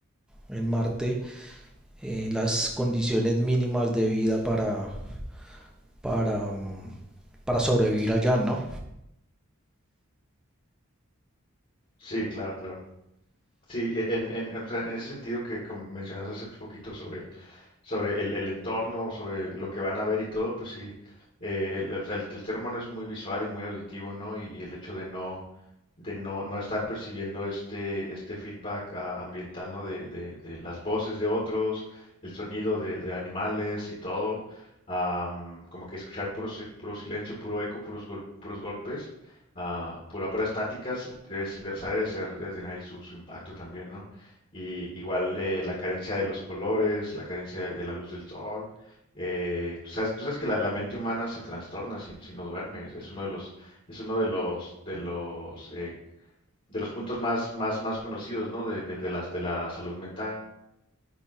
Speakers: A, in the centre; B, on the left (about 40°).
A: en Marte eh, las condiciones mínimas de vida para, para, mm, para sobrevivir allá, ¿no?
B: Sí, claro, claro. Sí, e- en, en, o sea, en ese sentido que com- mencionaste hace poquito sobre sobre el, el entorno, sobre lo que van a ver y todo, pues sí, eh, el, o sea, el- el ser humano es muy visual y muy auditivo, ¿no? Y, y el hecho de no, de no, no estar percibiendo este, este feedback ah, ambiental, ¿no? De, de- de las voces de otros, el sonido de, de animales y todo, am, como que escuchar puro, si- puro silencio, puro eco, puros, gol- puros golpes, ah, pura, pura estáticas, debe, ser- o sea, debe ser, debe tener ahí su, su impacto también, ¿no? Y igual eh, la carencia de los colores, la carencia de, de la luz del sol. eh, tú sabes, tú sabes que la, la mente humana se trastorna si, si no duerme. Es, es uno de los, es uno de los, de los, eh, de los puntos más, más, más conocidos, ¿no? De, de- de las, de la salud mental.